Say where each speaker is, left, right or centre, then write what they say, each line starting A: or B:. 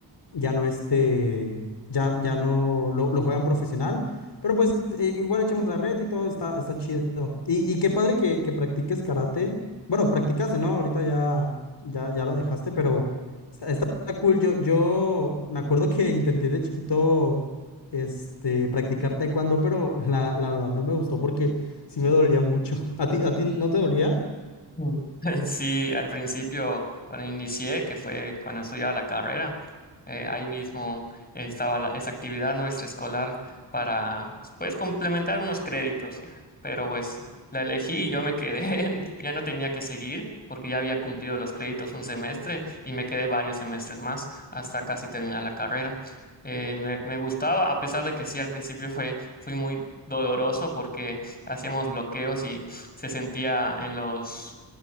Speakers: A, on the left; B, on the left.
A: ya no este, ya, ya no lo, lo juegan profesional, pero pues eh, igual echamos la red y todo está, está chido. Y, y qué padre que, que practiques karate. Bueno, practicaste, ¿no? Ahorita ya, ya, ya lo dejaste, pero está, está cool. Yo, yo me acuerdo que intenté de chiquito este, practicar taekwondo, pero la, la verdad no me gustó porque sí me dolía mucho. ¿A ti, a ti no te dolía?
B: Mm. <laughs> Sí, al principio, cuando inicié, que fue cuando estudiaba la carrera, eh, ahí mismo estaba la- esa actividad no extraescolar para, pues, complementar unos créditos, pero pues la elegí y yo me quedé, <laughs> ya no tenía que seguir porque ya había cumplido los créditos un semestre y me quedé varios semestres más hasta casi terminar la carrera. Eh, me, me gustaba, a pesar de que sí, al principio fue, fui muy doloroso porque hacíamos bloqueos y se sentía en los